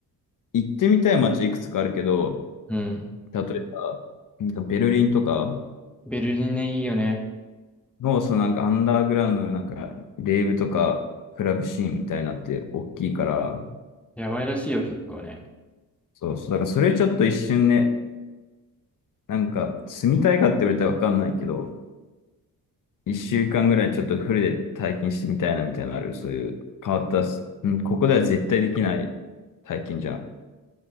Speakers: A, on the left; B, in the centre.
A: 行ってみたい街いくつかあるけど、
B: うん。
A: 例えば、なんかベルリンとか
B: ベルリンね、いいよね。
A: の、そのなんかアンダーグラウンドのなんか、レーブとか、クラブシーンみたいなって大きいから、
B: やばいらしいよ、結構ね。
A: そうそう。だからそれちょっと一瞬ね、なんか住みたいかって言われたらわかんないけど、一週間ぐらいちょっとフルで体験してみたいなみたいなのある。そういう変わったす、うん、ここでは絶対できない体験じゃん。